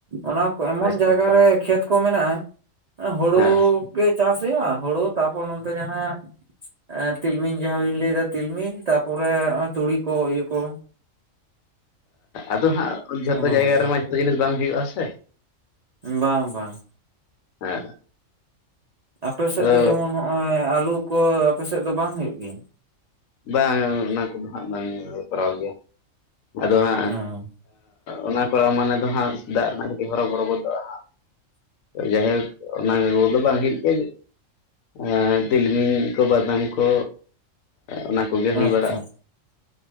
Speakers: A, on the right; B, on the left.
A: ᱚᱱᱟ ᱮᱢᱚᱱ
B: ᱟᱪᱪᱷᱟ
A: ᱡᱟᱭᱜᱟ
B: ᱟᱪᱪᱷᱟ
A: ᱨᱮ ᱠᱷᱮᱛ ᱠᱚ ᱢᱮᱱᱟᱜᱼᱟ, ᱦᱩᱲᱩ
B: ᱦᱮᱸ ᱦᱮᱸ,
A: ᱠᱟᱹᱡ ᱪᱟᱥ ᱦᱩᱭᱩᱜᱼᱟ, ᱦᱩᱲᱩ ᱛᱟᱨᱯᱚᱨ ᱱᱚᱱᱛᱮ ᱡᱟᱦᱟᱸ ᱮᱸ ᱛᱤᱞᱢᱤᱧ ᱡᱟᱦᱟᱸ ᱵᱤᱱ ᱞᱟᱹᱭᱫᱟ ᱛᱤᱞᱢᱤᱧ ᱛᱟᱯᱚᱨᱮ ᱛᱩᱲᱤ ᱠᱚ ᱤᱭᱟᱹ ᱠᱚ᱾
B: ᱟᱫᱚ ᱦᱟᱸᱜ ᱡᱷᱚᱛᱚ
A: ᱚᱱᱟ
B: ᱡᱟᱭᱜᱟ
A: ᱠᱚᱜᱮ
B: ᱨᱮᱢᱟ ᱡᱷᱚᱛᱚ ᱡᱤᱱᱤᱥ ᱵᱟᱝ ᱦᱩᱭᱩᱜ-ᱟ ᱥᱮ᱾
A: ᱵᱟᱝ ᱵᱟᱝ᱾
B: ᱦᱮᱸ᱾
A: ᱟᱯᱮ ᱥᱮᱫ
B: ᱟᱫᱚ
A: ᱫᱚ ᱡᱮᱢᱚᱱ ᱱᱚᱜᱼᱚᱭ ᱟᱹᱞᱩ ᱠᱚ ᱟᱯᱮ ᱥᱮᱫ ᱫᱚ ᱵᱟᱝ ᱦᱩᱭᱩᱜ ᱜᱮᱭᱟ?
B: ᱵᱟᱝ ᱚᱱᱟ ᱠᱚᱫᱚ ᱦᱟᱸᱜ ᱵᱟᱝ ᱠᱚᱨᱟᱣ ᱜᱮᱭᱟ᱾ ᱟᱫᱚ ᱦᱟᱸᱜ
A: ᱚᱸ
B: ᱚᱱᱟ ᱠᱚᱨᱣᱟ ᱢᱟᱱᱮ ᱫᱚ ᱦᱟᱸᱜ, ᱫᱟᱜ ᱨᱮᱱᱟᱜ ᱠᱟᱹᱴᱤᱡ ᱦᱚᱨᱚ ᱵᱚᱨᱚ ᱜᱚᱫᱚᱜᱼᱟ ᱦᱟᱸᱜ᱾ ᱡᱟᱭᱦᱳᱠ ᱚᱱᱟ ᱠᱚᱫᱚ ᱵᱟᱝ ᱦᱩᱭᱩᱜ ᱜᱮᱭᱟ᱾ ᱮᱻ ᱛᱤᱞᱢᱤᱧ ᱠᱚ ᱵᱟᱫᱟᱢ ᱠᱚ, ᱚᱱᱟ ᱠᱚᱜᱮ ᱦᱩᱭ
A: ᱟᱪᱪᱷᱟ
B: ᱵᱟᱲᱟᱜᱼᱟ᱾